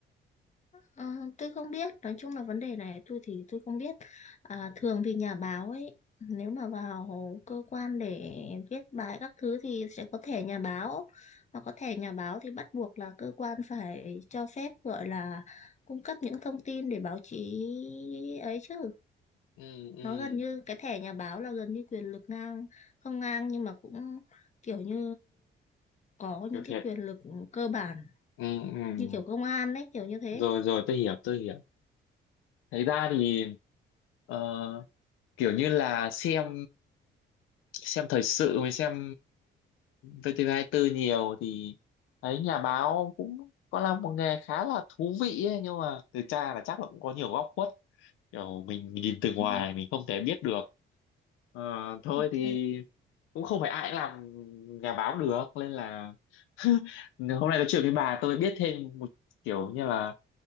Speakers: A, on the left (about 35°); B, on the left (about 90°).
A: À, tôi không biết, nói chung là vấn đề này tôi thì tôi không biết. À, thường thì nhà báo ấy, nếu mà vào cơ quan để viết bài các thứ thì sẽ có thẻ nhà báo. Mà có thẻ nhà báo thì bắt buộc là cơ quan phải cho phép gọi là cung cấp những thông tin để báo chí ấy chứ.
B: ừ, ừ,
A: Nó gần như cái thẻ nhà báo là gần như quyền lực ngang, không ngang nhưng mà cũng kiểu như có
B: kiểu
A: những
B: thiệt
A: cái quyền lực cơ bản
B: ừ, ừ.
A: như kiểu công an đấy kiểu như thế.
B: rồi rồi tôi hiểu tôi hiểu Thế ra thì ờ, kiểu như là xem xem thời sự mới xem VTV24 nhiều thì thấy nhà báo cũng có là một nghề khá là thú vị ấy, nhưng mà từ cha là chắc là cũng có nhiều góc khuất kiểu mình nhìn từ ngoài
A: Ừ,
B: mình không thể biết được Ờ, thôi
A: Ok.
B: thì cũng không phải ai cũng làm nhà báo được nên là <laughs> hôm nay nói chuyện với bà tôi biết thêm một kiểu như là